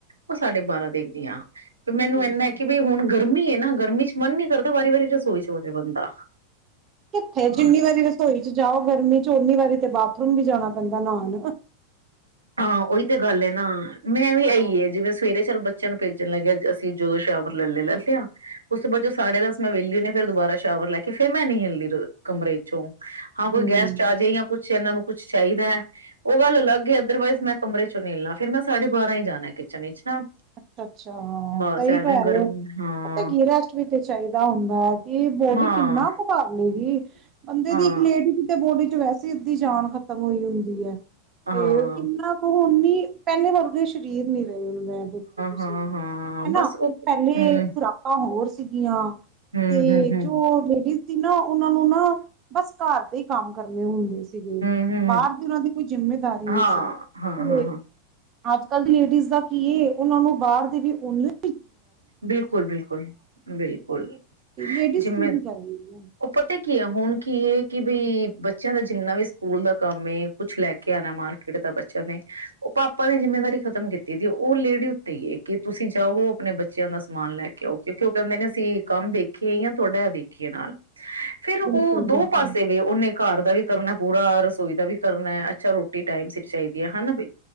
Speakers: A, on the right; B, on the right.
A: ਉਹ ਸਾਡੇ ਬਾਰਾਂ ਦੇਖਦੀ ਆਾਂ ਵੀ ਮੈਨੂੰ
B: ਠੀਕ
A: ਇਹਦਾ
B: ਹੈ।
A: ਕਿ ਬਈ ਹੁਣ ਗਰਮੀ ਹੈ ਨਾ ਗਰਮੀ ਚ ਮਨ ਨਹੀਂੀ ਕਰਦਾ ਵਾਰੀ ਵਾਰੀ ਰਸੋਈ ਸੋ ਜਾਹਾ ਬੰਦਾ
B: ਕਿੱਥੇ
A: ਹਾਂ
B: ਜਿੰਨੀ ਵਾਰੀ ਰਸੋਈ ਚ ਜਾਓ ਗਰਮੀ ਚ ਝੋਨੀ ਵਾਰੀ ਤੇ ਬਾਥਰੂਮ ਵੀ ਜਾਣਾ ਪੈਂਦਾ ਨਾਨ
A: ਹਾਂ ਉਹੀ ਤੇ ਗੱਲ ਹੈ ਨਾ ਮੈਂ ਵੀ
B: ਹਾਂ
A: ਆਈਏ ਜਿਵੇਂ ਸਵੇਰੇ ਚੱਲ ਬ ਚਨ ਭੇਜਣ ਲੱਗਿਆ ਅਸੀਂ ਜਦੋਂ ਸ਼ਾਵਰ ਲੈ ਲੈ ਲੈ ਲਿਆ ਉਸ ਤੋਂ ਬਾਅਦ ਜੋਦ ਸਾਢ ਦਸ ਮੈਂ ਵਿਹਲੀ ਹੁੰ ਫਿਰ ਦੁਬਾਰਾ ਸ਼ਾਵਰ ਲੈ ਕੇ ਫੇਿਰ ਮੈਂ ਨ ਹਿਲਦੀ ਕਮਰੇ ਚੋਂ ਹਾਂ ਕੋਈ
B: ਹੂੰ।
A: ਗੈਸ ਚ ਆ ਜਾੇ ਜਾਂ ਕੁਛ ਛ ਐਨਾਂ ਨੂੰ ਕੁੱਛ ਚਾਹੀਦੈ। ਔ, ਗੱਲ ਅਲੱਗ ਏ। ਅਦਰਵਾਈਜ਼ ਮੈਂ ਕਮਰੇ ਚੋਂ ਨਿਲਣਾ, ਫਿਰ ਮੈਂ ਸਾਡੇ ਬਾਰਾਂ ਈ ਜਾਣੈ ਕਿਚਨ ਵਿੱਚ। ਨਾ
B: ਅੱਛਾ ਅੱਛਾ। ਹਾਂ,
A: ਬਸ
B: ਸਹੀ
A: ਐਵੇਂ
B: ਕੈਰੇ
A: ਗਰਮੀ
B: ਹੋ
A: ਹਾਂ
B: ਪਤੈ ਕਿ ਏ ਰੈਸਟ ਵੀ ਤੇ ਚਾਹੀਦਾ ਹੁੰਦੈ, ਕਿ ਬੋਡੀ
A: ਹਾਂ
B: ਕਿੰਨਾ ਕ ਕਾਰ ਲੇ ਗੀ। ਹ। ਬੰਦੇ
A: ਹਾਂ
B: ਦੀ ਇੱਕ ਲੇਡੀ ਕਿਤੇ ਬੋਡੀ ਚ ਵੈਸ ਸਿੱਧੀ ਜਾਨ ਖ਼ਤਮ ਹੋਈ ਹੁੰਦੀ ਹੈ।
A: ਹਾਂ
B: ਤੇ ਕਿੰਨਾ ਕੁ ਹੁਨੀ ਪੈਲੇ ਵਰਗੇ ਸਰੀਰ ਨੀ ਰਹੇ ਹੁਣ ਮੈਂ ਔ ਤੁਸੀਂ
A: ਹਾਂ ਹਾਂ ਹਾਂ
B: ਹੈਨਾ
A: ਬਸ ਉਹ
B: ਪੈਲੇ
A: ਹੂੰ
B: ਖੁਰਾਕਾਂ ਹੋਰ ਸ ਸੀਗੀਆਂ
A: ਹੂੰ
B: ਤੇ
A: ਹੂੰ ਹੂੰ
B: ਜੋ ਲੇਡੀਜ਼ ਤੀਨਾ ਓਹਨਾਂ ਨੂੰ ਨਾ ਬਸ ਘਰ ਦੇ ਹੀ ਕਾਮ ਕਰਨੇ ਹੁੰਦੇ ਸ ਸੀਗੇ,
A: ਹੂੰ ਹੂੰ
B: ਬਾਹਰ ਦੀ ਔਨਾਂ ਦੀ ਕੋਈ ਜਿੰਮੇਦਾਰੀ ਨੀ
A: ਹਾਂ
B: ਸੀ।
A: ਹਾਂ ਹਾਂ
B: ਯੇ
A: ਹਾਂ
B: ਅੱਜ ਕੱਲ ਦੀ ਲੇਡੀਜ਼ ਦਾ ਕੀ ਏ ਉਹਨਾਂ ਨੂੰ ਬਾਹਰ ਦੀ ਵੀ ਓਨੀਓ
A: ਬਿਲਕੁਲ ਬਿਲਕੁਲ, ਬਿਲਕੁਲ
B: ਤੇ ਲੇਡੀਜ਼
A: ਜਿਮੇਂ,
B: ਕੀ ਵੀ ਕਰਨਗੀਆਂ।
A: ਔ ਪਤੈ ਕੀ ਹੈ ਹੁਣ ਕੀ ਏ ਕਿ ਬਈ ਬੱਚਿਆਂ ਦਾ ਜਿੰਨਾ ਵੀ ਸਕੂਲ ਦਾ ਕੰਮ ਏ ਕੁਛ ਲੈ ਕੇ ਆਣਾ ਮਾਰਕੀਟ ਦਾ ਬੱਚਿਆਂ ਨੇ, ਔ ਪਾਪਾ ਨੇ ਜਿੰਮੇਦਾਰੀ ਖਤਮ ਕੀਤੀ ਦੀਏ। ਔ ਲੇਡੀ ਉੱਤੇ ਈਏ ਕਿ ਤੁਸੀਂ ਜਾਓ। ਆਪਣੇ ਬੱਚਿਆਂ ਦਾ ਸਮਾਨ ਲੈ ਕੇ ਆਓ, ਕਿਉਂਕਿ ਔ ਕਹਿੰਦੇ ਨੇ ਅਸੀਂ ਕੰਮ ਦੇਖੀਏ ਯਾ ਤੁਹਾਡਾ ਐ ਦੇਖੀਏ ਨਾਲ‌। ਫੇਰ ਔ
B: ਬਿਲਕੁਲ
A: ਦੋ
B: ਬਿਲਕੁਲ।
A: ਪਾਸੇ ਵੇ, ਔਨੇ ਘਰ ਦਾ ਵੀ ਕਰਨੈ। ਪੂਰਾ ਰਸੋਈ ਦਾ ਵੀ ਕਰਨੈ। ਅੱਛਾ, ਰੋਟੀ ਟਾਈਮ ਸੀਰ ਚਾਹੀਦੀ ਹੈ ਹੈਨਾ ਬਈ।